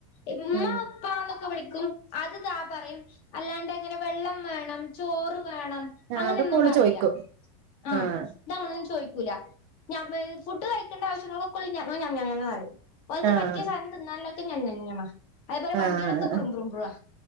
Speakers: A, on the left; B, on the right.
A: ഇമ്മ
B: ഉം
A: ഉപ്പാന്നൊ ക്ക വിളിക്കും അത് താ പറയും അല്ലാണ്ടിങ്ങനെ വെള്ളം വേണം ചോറ് വേണം
B: ആഹ്
A: അങ്ങനൊന്നും
B: അതൊക്കെ ഓള്
A: പറീല
B: ചോയിക്കും
A: ആ
B: ആഹ്
A: ഇതങ്ങനൊന്നും ചോയ്ക്കൂ പുല ഞാ വ് ഫുഡ് കഴിക്കണ്ടവശ്യം <unintelligible> ഓൽക്ക്
B: ആഹ്
A: പറ്റിയ സാനം തിന്നാല <unintelligible> ഞമ്മ അതേപോലെ
B: ആഹ്
A: വണ്ടികളൊക്കെ ബ്രും ബ്രുംബ്രുവാ